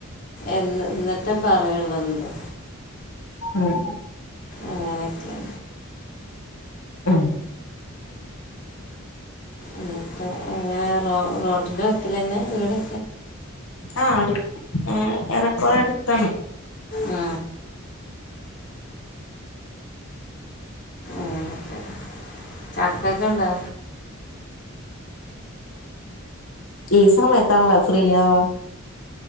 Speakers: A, on the left (about 50°); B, on the left (about 85°).
A: എന്ന് എന്നിട്ടേ പറയുള്ളൂ എന്തോ
B: ഉം
A: അങ്ങനൊക്കെയാ
B: ഉം
A: എന്നിട്ട് എങ്ങനെ റോട്ടിൻറെ വക്കിൽതന്നെയാ വീട്?
B: ആ ആണു ഏറെക്കുറെ അടുത്താണ്
A: ആ ഒക്കെ ചക്കയൊക്കെ ഉണ്ടോ?
B: ഈ സമയത്താണല്ല ഫ്രീ ആവാ